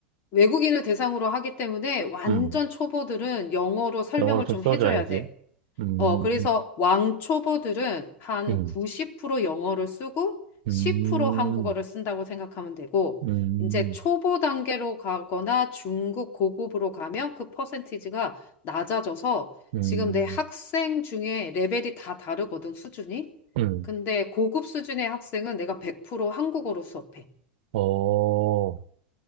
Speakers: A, on the left (about 45°); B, on the right (about 65°).
A: 외국인을 대상으로 하기 때문에 완전
B: 음.
A: 초보들은 영어로 설명을
B: 영어를 좀
A: 좀
B: 써줘야지.
A: 해줘야 돼.
B: 음,
A: 어, 그래서 왕초보들은 한
B: 음,
A: 90% 영어를 쓰고
B: 음,
A: 10% 한국어를 쓴다고 생각하면 되고,
B: 음, 음,
A: 이제 초보 단계로 가거나 중급 고급으로 가면 그 퍼센티지가 낮아져서
B: 음.
A: 지금 내 학생 중에 레벨이 다 다르거든, 수준이.
B: 음.
A: 근데 고급 수준의 학생은 내가 100% 한국어로 수업해.
B: 어,